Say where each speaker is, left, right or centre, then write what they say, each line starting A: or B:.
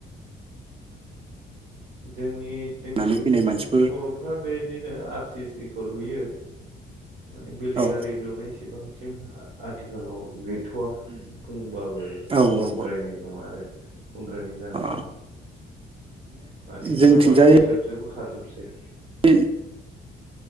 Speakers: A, on the right; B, on the right.
A: जोंनि जोंनिथिंजाय
B: होननानै फैनाय
A: माने
B: मानसिफोर
A: बरफ्रा बेदिनो आर सि सि खौ लुयो माने बिल्डिं
B: औ
A: आरि लुनायसिबां सिम आथिखालाव गै थआ बुंबाबो
B: औ
A: बुंद्रायनाय
B: औ औ
A: नङा आरो बुंद्रायनाय जानाय
B: अ
A: नङा माने होनबा
B: जोंथिंजाय
A: बाखि फिसा फिसौखौ हा जोबसै
B: <unintelligible>